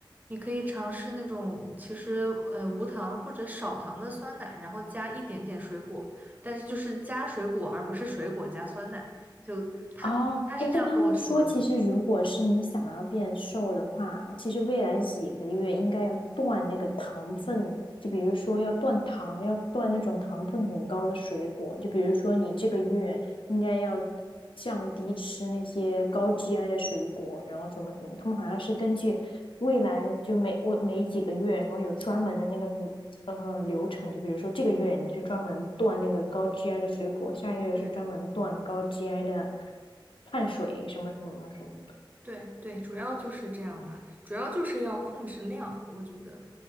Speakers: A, on the right (about 20°); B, on the left (about 85°).
A: 你可以尝试那种其实呃无糖或者少糖的酸奶，然后加一点点水果，但是就是加水果而不是水果加酸奶，就他他是这样跟我说的。
B: 哦，哎，但他们说，其实如果是你想要变瘦的话，其实未来几个月应该要断那个糖分，就比如说要断糖，要断那种糖分很高的水果，就比如说你这个月应该要降低吃那些高 GI 的水果，然后什么什么，他们好像是根据未来就每我每几个月，然后有专门的那个呃流程，就比如说这个月你是专门断那个高 GI 的水果，下一个月是专门断高
A: 嗯。
B: GI 的碳水什么什么什么的。
A: 对对，主要就是这样吧，主要就是要控制量，我觉得，